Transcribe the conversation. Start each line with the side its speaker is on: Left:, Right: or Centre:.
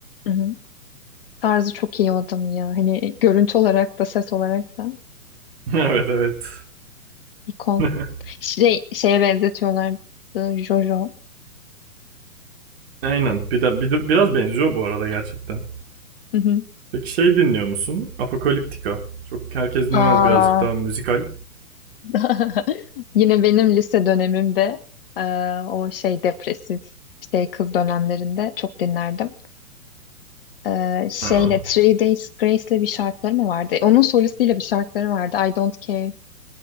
Left: Hı hı. Tarzı çok iyi o adamın ya. Hani görüntü olarak da ses olarak da
Right: <laughs> evet evet.
Left: ikon.
Right: <laughs>
Left: Şey, şeye benzetiyorlardı Jojo.
Right: Aynen. Bir de, bir de- biraz benziyor bu arada gerçekten.
Left: Hı hı.
Right: Peki şey dinliyor musun? Apocalyptica. Çok herkes dinlemez
Left: Aa.
Right: birazcık daha müzikal.
Left: <laughs> Yine benim lise dönemimde e, o şey depresif şey kız dönemlerinde çok dinlerdim. Ee, şeyle
Right: Um,
Left: Three Days Grace'le bir şarkıları mı vardı? Onun solistiyle bir şarkıları vardı. I Don't Care.